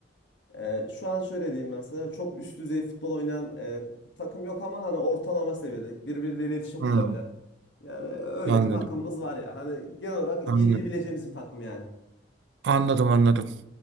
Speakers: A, on the left; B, on the right.
A: Ee, şu an şöyle diyeyim ben sana çok üst düzey futbol oynayan e, takım yok ama hani ortalama seviyede birbiriyle iletişim
B: Hmm,
A: kurabilen yani öyle
B: anladım.
A: bir takımımız var yani hani genel olarak iyi
B: Anladım.
A: diyebileceğimiz bir takım yani
B: Anladım, anladım.